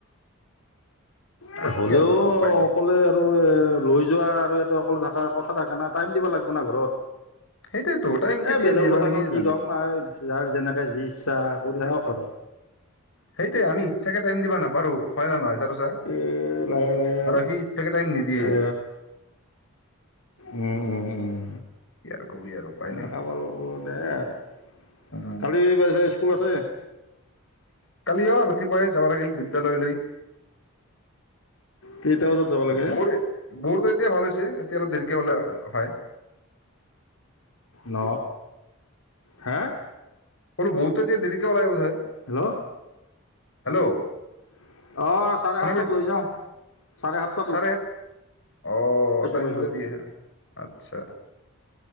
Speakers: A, on the left; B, on the left.
A: ত
B: আর
A: <unintelligible>
B: কি
A: হলেও
B: আর করবে উপায় নেই
A: অকলে আৰু এ লৈ যোৱা আৰু এটা অকলো থকা কথা থাকা না টাইম দিব লাগিব না ঘৰত।
B: সেইটাই তো টাইম কেতিয়া
A: এ বেলেগৰ
B: দিয়ে বা
A: কথানো
B: সিয়ে জানে
A: কি ক'ম আৰু যাৰ যেনেকে যি ইচ্ছা কৰি থাকক আৰু।
B: সেইটোৱে আমি ইচ্ছাকে টাইম দিবা না- কৰু হয় নে নহয়? চাৰোচা
A: এ লাহে লাহে আৰু
B: সি ইচ্ছাকে টাইম নিদিয়ে
A: এ উম উম উম
B: কি আৰু কবি আৰু উপায়
A: দেখা
B: নাই
A: পাল দে আৰু
B: উম,
A: কালি পাই স্কুল আছে,
B: কালি অ ৰাতিপুৱাই যাবা লাগিল বিদ্যালয়লৈ।
A: কেইটা বজাত যাব লাগে
B: বোৰ বোৰটো এতিয়া ভাল হৈছে। তে অলপ দেৰিকে হ'লে হয়।
A: ন, হে?
B: বো বহুত এতিয়া দেৰিকে ওলাল বোধ হয়।
A: হেল্ল'
B: হেল্ল'
A: অঁ চাৰে
B: শুনা
A: সাতটাত
B: পাইছে
A: লৈ যাওঁ চাৰে সাত
B: চাৰে সাত অ টাইম
A: পাইছোঁ
B: মাজে দিয়ে আহে আচ্ছা